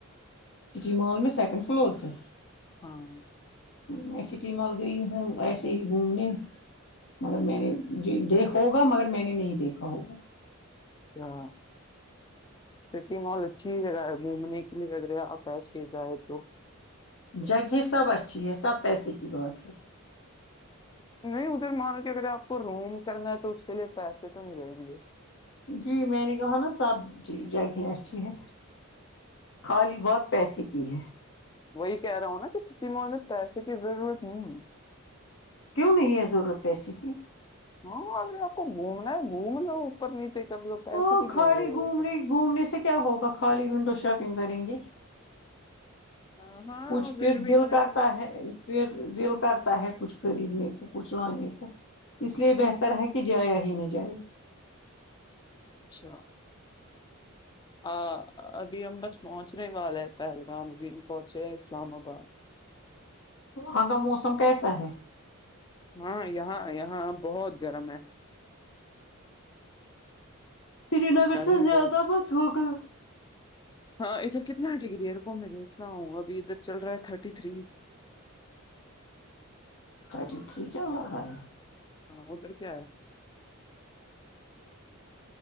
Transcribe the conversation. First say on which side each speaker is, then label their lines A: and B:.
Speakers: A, on the left; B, on the left.
A: سٹی مال میں سیکنڈ فلور پہ
B: ہاں
A: میں سٹی مل گئی ہوں ایسے ہی گھومنے مگر میں نے جی دیکھا ہوگا مگر میں نے نہیں دیکھا ہوگا
B: ہاں سٹی مال اچھی جگہ ہوگی گھومنے کے لیے آپ ایسے ہی جائیں تو
A: جگہ سب اچھی ہے سب پیسے کی بات ہے
B: نہیں ادھر مانو کہ اگر آپ کو روم کرنا ہے تو اس کے لیے پیسے تو نہیں لگیں گے
A: جی میں نے کہانہ سب جگہ اچھی ہے خالی بات پیسے کی ہے
B: وہی کہہ رہا ہوں نا کہ سٹی مول میں پیسے کی ضرورت نہیں ہے
A: کیوں نہیں ہے ضرورت پیسے کی
B: ہاں ابھی آپ کو گھومنا ہے گھوم لو اوپر نیچے کر لو پیسے
A: ہاں
B: کی کیوں
A: خالی
B: ضرورت
A: گھومنے
B: ہے
A: گھومنے سے کیا ہوگا خالی ونڈو شاپنگ کریں گے
B: ہاں ہاں
A: کچھ
B: ادھر
A: پھر
B: بھی
A: دل کرتا ہے پھر دل کرتا ہے کچھ خریدنے کو کچھ لانے کو اس لیے بہتر ہے کہ جایا ہی نہ جائے
B: اچھا آ ابھی ہم بس پہنچنے والے ہیں پہلگام ابھی ہم پہنچے ہیں اسلام آباد
A: وہاں کا موسم کیسا ہے
B: ہاں یہاں یہاں بہت گرم ہے
A: سری نگر
B: گرمی
A: سے زیادہ
B: بہت
A: مت ہوگا
B: ہاں ادھر کتنا ڈگری ہے میں دیکھتا ہوں ابھی ادھر چل رہا ہے ٹھاٹی تیری
A: ٹھاٹی تیری چل رہا ہے
B: ہاں ادھر کیا ہے